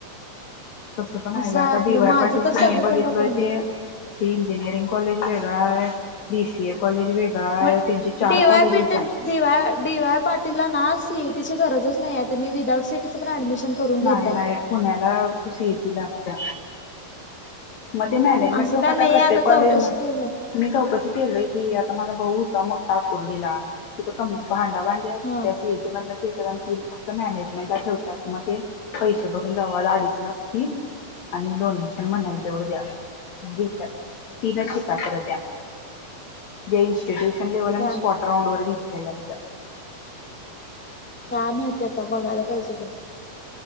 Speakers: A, on the left; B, in the centre.
A: तसं पण आहे
B: असं
A: ग आता
B: आपलं
A: डी वाय
B: माझं
A: पाटील
B: तर सगळीकडं
A: च मी बघितलय
B: कोंड
A: ते ते इंजिनिअरिंग कॉलेज. वेगळ आहे बी सी ए कॉलेज. वेगळा आहे
B: मग
A: त्यांचे चार
B: डी वाय
A: कॉलेजेस
B: पेटील,
A: आहे
B: डी वाय पाटीलला ना सीईटीची गरजच नाही. विदाऊट सिएटीच पण ऍडमिशन. करून घेतात.
A: नाही, नाही पुण्याला तू सी ए टी ला. <inaudible> म ते मॅनेजमेंट
B: असं
A: कोटा काय
B: नाही
A: प्रत्येक
B: आहे आता
A: कॉलेज
B: चौकशी
A: म
B: केलं
A: मी चौकशी केलीय की. भाऊ होता मोठा आकुर्डीला तिथ क भा <unintelligible>
B: हा
A: फक्त मॅनेजमेंट ला ठेवतात म ते पैसे भरून जावा अडीच लाख फी आणि डोनेशन म्हणाली. तेवढं जास्त घेतात. तीनच
B: असं
A: शीटा खर त्या. जयश! ट्यूशन लेवल आणि
B: काय
A: स्पोट राऊंड वर घे <unintelligible>
B: काय माहिती आता बघायला पाहिजे बाई.